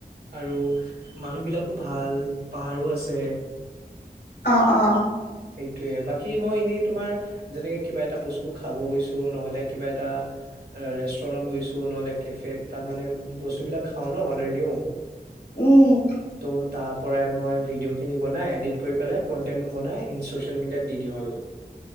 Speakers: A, on the right; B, on the left.
A: আৰু মানুহবিলাকো ভাল পাহাৰো আছে।
B: অ অ
A: সেইটোয়ে বাকী মই এনেই তোমাৰ যেনেকে কিবা এটা বস্ত- তো খাব গৈছো নহলে কিবা এটা ৰেষ্টুৰেণ্টত গৈছো নহ'লে কেফ তাত মানে বস্তুবিলাক খাওঁ ন অৰ্ডাৰ দিও।
B: উম
A: ত' তাৰ পৰাই মই ভিডিঅ' খিনি বনাই এডিট কৰি পেলাই কন্টেন্ট বনাই ই ছ'চিয়েল মিডিয়াত দি দিওঁ আৰু।